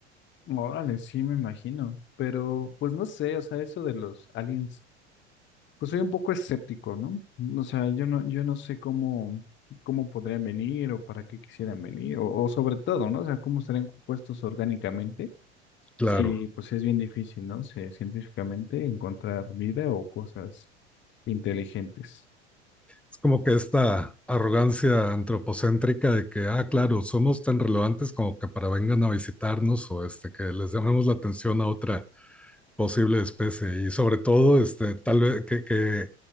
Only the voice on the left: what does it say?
Órale, sí, me imagino, pero pues no sé, o sea, eso de los aliens, pues soy un poco escéptico, ¿no? O sea, yo no, yo no sé cómo, cómo podrían venir o para qué quisieran venir, o, o sobre todo, ¿no? O sea, cómo estarían compuestos orgánicamente.
Sí, pues es bien difícil, ¿no? Sí, científicamente encontrar vida o cosas inteligentes.